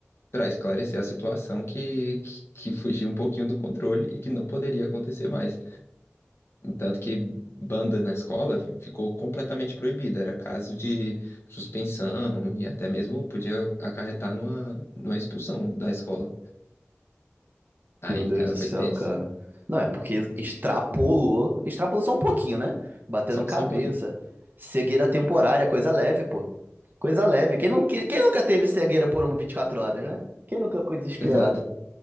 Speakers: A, on the left (about 65°); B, on the right (about 45°).
A: para esclarecer a situação que, que, que fugiu um pouquinho do controle e que não poderia acontecer mais. Tanto que banda na escola fi- ficou completamente proibida, era caso de suspensão e até mesmo podia acarretar numa, numa expulsão da escola. Aí,
B: Meu Deus
A: cara,
B: do
A: foi
B: céu,
A: tenso.
B: cara. Não, é porque extrapolou. Extrapolou só um pouquinho, né? Batendo
A: Só,
B: cabeça.
A: só um pouquinho.
B: Cegueira temporária, coisa leve, pô. Coisa leve. Quem, não, quem, quem nunca teve cegueira por uma 24 horas, né? Quem nunca ficou desesperado?
A: Exato.